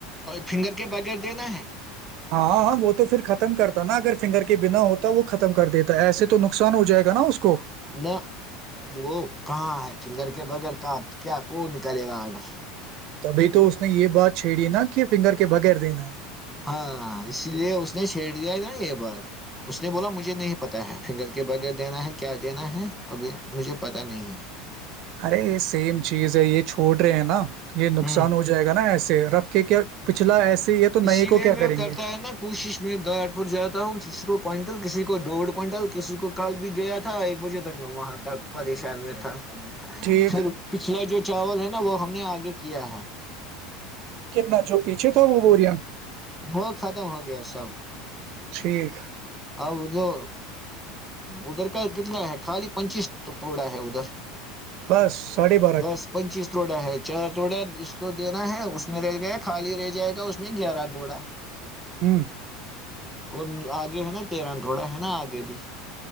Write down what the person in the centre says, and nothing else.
فنگر کے بغیر دینا ہے
نہ وہ کہاں ہے فنگر کے بغیر کا کیا کو نکالے گا آرڈر
ہاں اسی لیے اس نے چھیڑ دیا تھا یہ بات اس نے بولا مجھے نہیں پتا ہے فنگر کے بغیر دینا ہے کیا دینا ہے ابھی مجھے پتا نہیں ہے
ہوں
اسی
لیے
میں
کرتا
ہے نا کوشش میں گاٹ پور جاتا ہوں کسی کو کوئنٹل کسی کو ڈھ کونٹل کسی کو کل بھی گیا تھا ایک بجے تک میں وہاں درد پریشان میں تھا
پھر پچھلے جوی چاول ہے نا وہ ہم نے آگے کیا ہے
وہ ختم ہو گیا سب
اب جو ادھر کا کتنا ہے خالی پچیس ٹوڑا ہے ادھر
بس پنچیس روڈا ہے چار تووڑا جس کو دینا ہے اس میں رہ گیا ہے خالی رہ جائے گا اس میں گیارہ بڑا
وہ آگے ہے نا تیرہ تھوڑا ہے نا آگے بھی